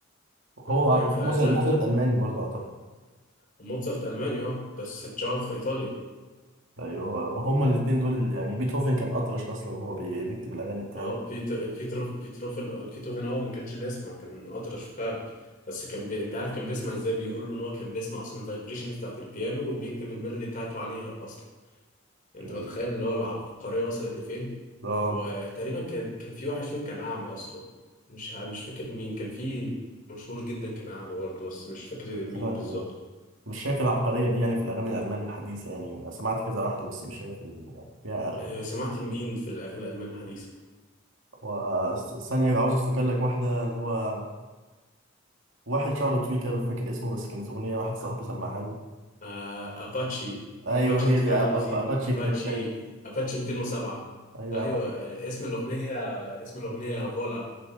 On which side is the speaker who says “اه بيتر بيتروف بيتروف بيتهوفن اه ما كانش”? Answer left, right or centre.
Left